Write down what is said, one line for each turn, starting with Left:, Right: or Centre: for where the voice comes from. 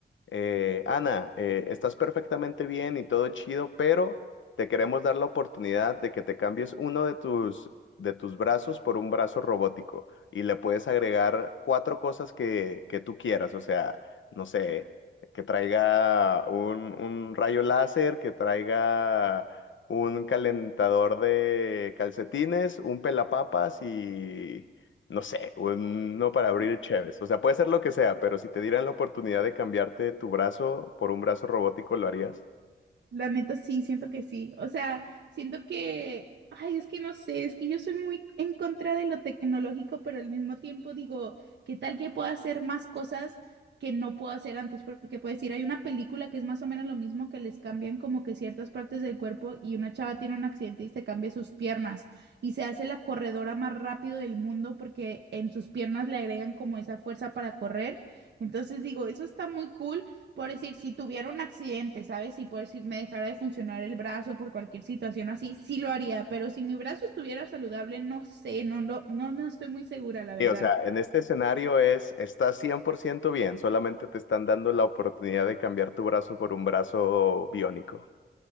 Left: eh, Ana, eh, estás perfectamente bien y todo chido, pero te queremos dar la oportunidad de que te cambies uno de tus, de tus brazos por un brazo robótico y le puedes agregar cuatro cosas que, que tú quieras, o sea... No sé, que traiga un, un rayo láser, que traiga un calentador de calcetines, un pelapapas y no sé, uno para abrir cheves. O sea, puede ser lo que sea, pero si te dieran la oportunidad de cambiarte tu brazo por un brazo robótico, ¿lo harías?
Right: La neta sí, siento que sí. O sea, siento que, ay, es que no sé, es que yo soy muy en contra de lo tecnológico, pero al mismo tiempo digo, ¿qué tal que pueda hacer más cosas que no puedo hacer antes? Porque puedes decir, hay una película que es más o menos lo mismo, que les cambian como que ciertas partes del cuerpo y una chava tiene un accidente y se cambia sus piernas y se hace la corredora más rápido del mundo porque en sus piernas le agregan como esa fuerza para correr. Entonces digo, eso está muy cool. Por decir, si tuviera un accidente, ¿sabes? Si por decir me dejara de funcionar el brazo por cualquier situación así, sí lo haría, pero si mi brazo estuviera saludable, no sé, no lo, no, no estoy muy segura, la verdad.
Left: Sí, o sea, en este escenario es, estás 100% bien, solamente te están dando la oportunidad de cambiar tu brazo por un brazo biónico.